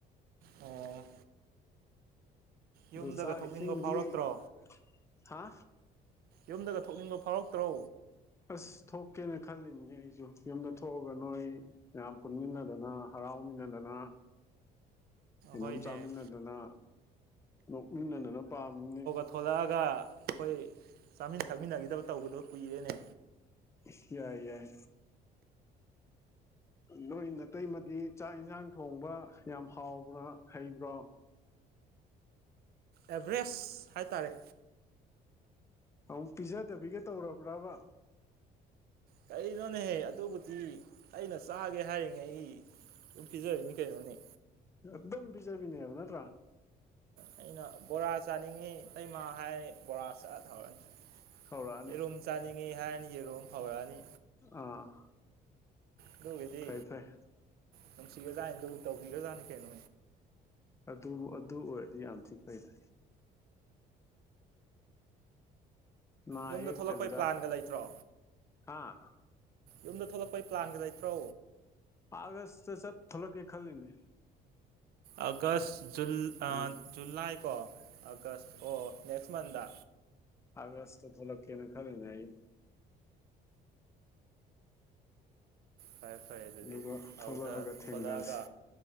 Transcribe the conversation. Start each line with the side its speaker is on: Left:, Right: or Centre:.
Right: ꯑꯣ ꯌꯨꯝꯗꯒ
Left: ꯑꯗꯣ ꯆꯥꯛ
Right: ꯊꯣꯛꯅꯤꯡꯕ
Left: ꯏꯁꯤꯡꯗꯤ
Right: ꯐꯥꯎꯔꯛꯇ꯭ꯔꯣ
Left: ꯍꯥ
Right: ꯌꯨꯝꯗꯒ ꯊꯣꯛꯅꯤꯡꯕ ꯐꯥꯎꯔꯛꯇ꯭ꯔꯣ
Left: ꯑꯁ ꯊꯣꯛꯀꯦꯅ ꯈꯜꯂꯤꯕꯅꯦ ꯑꯩꯁꯨ ꯌꯨꯝꯗ ꯊꯣꯛꯑꯒ ꯅꯣꯏ ꯃꯌꯥꯝ ꯄꯨꯟꯃꯤꯟꯅꯗꯅ ꯍꯔꯥꯎꯃꯤꯟꯅꯗꯅ ꯀꯩꯅꯣꯝ
Right: ꯍꯣꯏꯅꯦ
Left: ꯆꯥꯃꯤꯟꯅꯗꯅ ꯅꯣꯛꯃꯤꯟꯅꯗꯅ ꯄꯥꯝꯃꯤꯅꯦ
Right: ꯊꯂꯛꯑꯒ ꯑꯩꯈꯣꯏ ꯆꯥꯃꯤꯟ ꯊꯛꯃꯤꯟꯅꯈꯤꯗꯕ ꯇꯧꯕꯗꯨ ꯀꯨꯏꯔꯦꯅꯦ
Left: ꯏꯁ ꯌꯥꯏ ꯌꯥꯏ ꯅꯣꯏ ꯅꯥꯇꯩꯃꯗꯤ ꯆꯥꯛ ꯏꯟꯁꯥꯡ ꯊꯣꯡꯕ ꯌꯥꯝ ꯍꯥꯎꯕ꯭ꯔꯥ ꯍꯩꯕ꯭ꯔꯣ
Right: ꯑꯦꯚꯔꯦꯁ ꯍꯥꯏꯇꯥꯔꯦ
Left: ꯑꯃꯨꯛ ꯄꯤꯖꯗꯕꯤꯒ ꯇꯧꯔꯕ꯭ꯔꯕ
Right: ꯀꯩꯅꯣꯅꯦꯍꯦ ꯑꯗꯨꯕꯨꯗꯤ ꯑꯩꯅ ꯆꯥꯒꯦ ꯍꯥꯏꯔꯤꯉꯩ ꯗꯨꯝ ꯄꯤꯖꯔꯤꯅꯤ ꯀꯩꯅꯣꯅꯦ
Left: ꯑꯗꯨꯝ ꯄꯤꯖꯕꯤꯅꯦꯕ ꯅꯠꯇ꯭ꯔꯥ
Right: ꯑꯩꯅ ꯕꯣꯔꯥ ꯆꯥꯅꯤꯡꯉꯤ ꯏꯇꯩꯃꯥ ꯍꯥꯏꯔꯦ ꯕꯣꯔꯥ ꯆꯠ ꯊꯧꯔꯅꯤ
Left: ꯍꯧꯔꯛꯑꯅꯤ
Right: ꯌꯦꯔꯨꯝ ꯆꯥꯅꯤꯡꯉꯤ ꯍꯥꯏꯅꯤ ꯌꯦꯔꯨꯝ ꯍꯧꯔꯛꯑꯅꯤ
Left: ꯑꯥ
Right: ꯑꯗꯨꯒꯤꯗꯤ
Left: ꯐꯩ ꯐꯩ
Right: ꯅꯨꯡꯁꯤꯒꯖꯥꯠꯅꯤ ꯂꯨꯄ ꯇꯧꯕꯤꯒ꯭ꯔꯖꯥꯅꯤ ꯀꯩꯅꯣ
Left: ꯑꯗꯨꯕꯨ ꯑꯗꯨ ꯑꯣꯏꯔꯗꯤ ꯌꯥꯝ ꯊꯤ ꯐꯩꯗ ꯅꯥ
Right: ꯌꯨꯝꯗ
Left: ꯌꯦꯛ
Right: ꯊꯣꯛꯂꯛꯄꯩ
Left: ꯇꯕꯤꯗ
Right: ꯄ꯭ꯂꯥꯟꯒ ꯂꯩꯇ꯭ꯔꯣ
Left: ꯍꯥꯥ
Right: ꯌꯨꯝꯗ ꯊꯣꯛꯂꯛꯄꯩ ꯄ꯭ꯂꯥꯟꯒ ꯂꯩꯇ꯭ꯔꯣ
Left: ꯑꯥꯒꯁ ꯇ ꯆꯠ ꯊꯣꯂ ꯀꯦ ꯈꯜꯂꯤꯅꯤ
Right: ꯑꯥꯒꯁ ꯖꯨꯟ ꯑꯥ
Left: ꯎꯝ
Right: ꯖꯨꯂꯥꯏ ꯀꯣ ꯑꯥꯒꯁ ꯑꯣ ꯅꯦꯛꯁ ꯃꯟꯗ
Left: ꯑꯒꯁꯇ ꯊꯣꯛ ꯂꯛꯀꯦ ꯈꯜꯂꯤꯅꯤ ꯑꯩ
Right: ꯐꯔꯦ ꯐꯔꯦ ꯑꯗꯨꯗꯤ
Left: ꯑꯗꯨꯒ ꯊꯣꯛꯂꯛꯑꯒ
Right: ꯑꯗꯨꯗ
Left: ꯊꯦꯡꯅꯁꯤ
Right: ꯊꯣꯛꯂꯛꯑꯒ